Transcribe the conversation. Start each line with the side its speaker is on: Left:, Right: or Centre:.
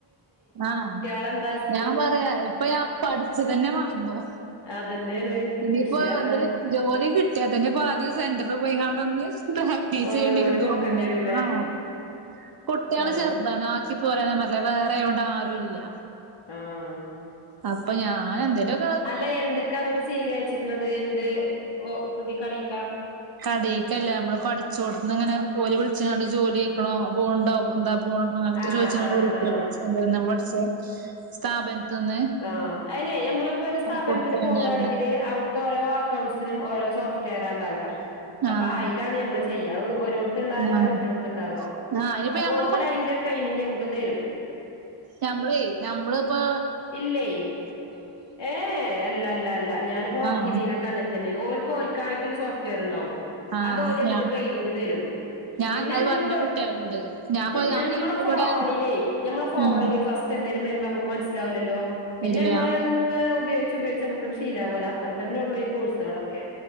Right: ആഹ്
Left: ഇങ്ങളെന്താസ്
Right: ഞാൻ പറയാ ഇപ്പൊ ഞാൻ പഠിച്ചതെന്നെ മറന്നു
Left: അതന്നെയാണ്
Right: ഇനിയിപ്പോ
Left: വിഷയം അതാണ്
Right: എന്തേലും ജോലി കിട്ട്യാ തന്നെ ഇപ്പ ആദ്യം സെന്ററിൽ പോയിങ്ങാണ്ട് ഒന്ന് <unintelligible> <unintelligible>
Left: ഒന്നുകൂടി
Right: ചെയ്യേണ്ടി വെരും തോന്ന്ണ്ട്
Left: നോക്കേണ്ടി വരൂലേ
Right: ആഹ് കുട്ട്യാള്
Left: അയെന്നെ
Right: ചെറുതാണ് ആക്കി പോരാൻ ഞാൻ പറഞ്ഞ്ലേ വേറെ ആയോണ്ട് ആരും ഇല്ല
Left: ആഹ്
Right: അപ്പൊ ഞാൻ എന്തേലും ഒ
Left: അല്ല എന്ത്ക്കാ ന്നിട്ട് സീ വി അയച്ച്ക്ക്ണത് എന്ത് ഒ ഇത് കടീക്കാ
Right: കടേക്കല്ലെ നമ്മള് പഠിച്ചോട്ത്ത്ന്ന് ഇങ്ങനെ ഓല് വിളിച്ച്ങ്ങാണ്ട് ജോലി ആയിക്ക്‌ണോ പോണ്ടോ എന്താ പോ
Left: ആഹ്
Right: ചോയ്ച്ച്കാണ്ട്
Left: ആഹ്
Right: വിളിക്കൂലെ
Left: ആഹ്
Right: സെന്ററിന്ന് നമ്മള് പഠിച്ചെ സ്ഥാപനത്തിന്ന്
Left: ആ അയിനെ ഞമ്മളിപ്പോ ഒര് സ്ഥാപനത്തില്
Right: കൊടുക്കാണ്
Left: പോകാണെങ്കില്
Right: പറഞ്ഞ്
Left: അവ്ട് ത്തോരോ അക്കൗണ്ട്സിനും ഓരോ സോഫറ്റ് വെയറാ ഇണ്ടാക അപ്പ
Right: ആഹ്
Left: അയ്ലാണ് നമ്മള് ചെയ്യാ അത് ഓരോട് ത്ത്ള്ള അല്ല
Right: ആഹ്
Left: മറ്റോട്ത്ത്ണ്ടാവാ
Right: ആഹ് അയിനിപ്പ
Left: അത്
Right: നമ്മള്
Left: ഓല് അയ്ന്റെ ട്രെയിനിങ്ങ് ഞമ്മക്ക് തെരും.
Right: ഞമ്മളെ ഞമ്മള് ഇപ്പോ
Left: ഇല്ലേയ് ഏഹ് ഏഹ് അല്ല അല്ല അല്ല ഞാൻ പ്പ വർക്ക്
Right: ആഹ്
Left: ചെയ്തീനൊക്കെ അങ്ങനെ തന്നെയാണ് ഓൽക്ക്‌ ഓൽക്കായിട്ട് ഒര് സോഫ്റ്റ് വെയർണ്ടാവും
Right: ആഹ്
Left: അത് ഓല് ഞമ്മക്ക്
Right: ഞാ
Left: ട്രെയിനിങ്ങ് തെരും.
Right: ഞാൻ
Left: പിന്നെ
Right: അത്
Left: ഞമ്മക്ക്
Right: പറയും ഇന്റെ കുട്ടികളോട് ഞാൻപ്പ ഞാൻ
Left: ഞമ്മളെ
Right: ഇവിടെ
Left: ഫോണിലേ ഞമ്മളെ ഫോണില്
Right: ഉം
Left: ഫസ് റ്റ് എന്തേലും വരുമ്പോ ഞമ്മക്ക് മനസ്സിലാവുല്ലല്ലോ പിന്നെ
Right: ഇല്ല
Left: ഞമ്മള് അത്‌ ഇങ്ങനെ ഉപയോഗിച്ച് ഉപയോഗിച്ച് ഞമ്മക്കത് ശീലാവൊലൊ അത്രതന്നെ ഉള്ളെയ് ഈ കോഴ്സാളൊക്കെ